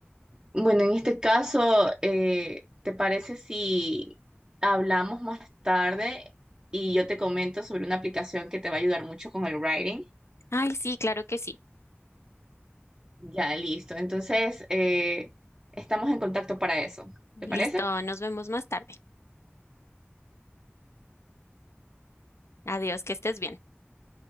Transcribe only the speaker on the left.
Ay, sí, claro que sí.
Listo,
nos vemos más tarde. Adiós, que estés bien.